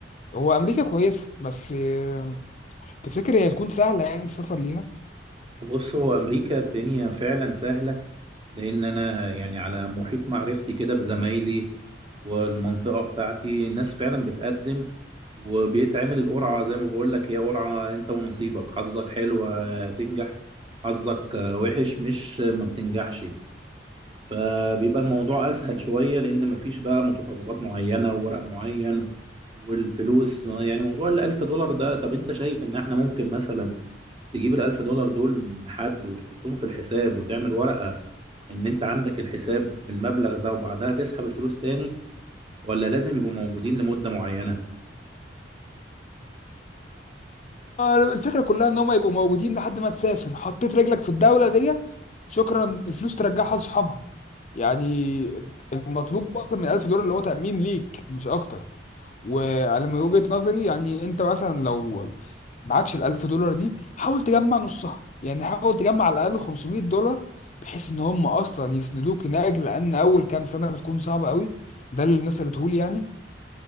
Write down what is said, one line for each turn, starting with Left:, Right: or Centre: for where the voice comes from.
Left: هو امريكا كويسه بس آه، تفتكر هي هتكون سهله يعني السفر ليها
Right: بص هو أمريكا الدنيا فعلا سهلة لان انا يعني على محيط معرفتي كده بزمايلي والمنطقه بتاعتي ناس فعلا بتقدم وبيتعمل القرعه زي ما بقول لك هي قرعه انت ونصيبك حظك حلو هتنجح حظك وحش مش ما بتنجحش فبيبقى الموضوع اسهل شويه لان مفيش بقى متطلبات معينه وورق معين والفلوس يعني موضوع الألف دولار ده طب انت شايف ان احنا ممكن مثلا تجيب الألف دولار دول من حد وتحطهم في الحساب وتعمل ورقه ان انت عندك الحساب بالمبلغ ده وبعدها تسحب الفلوس تاني ولا لازم يبقوا موجودين لمدة معينة
Left: آه، الفكرة كلها ان هم يبقوا موجودين لحد ما تسافر حطيت رجلك في الدولة ديت شكرا الفلوس ترجعها لصحابها يعني المطلوب اكتر من 1000 دولار اللي هو تأمين ليك مش اكتر وعلى من وجهة نظري يعني انت مثلا لو معكش ال 1000 دولار دي حاول تجمع نصها يعني حاول تجمع على الاقل 500 دولار بحيث ان هم اصلا يسندوك هناك لان اول كام سنة بتكون صعبة قوي ده اللي الناس قالته لي يعني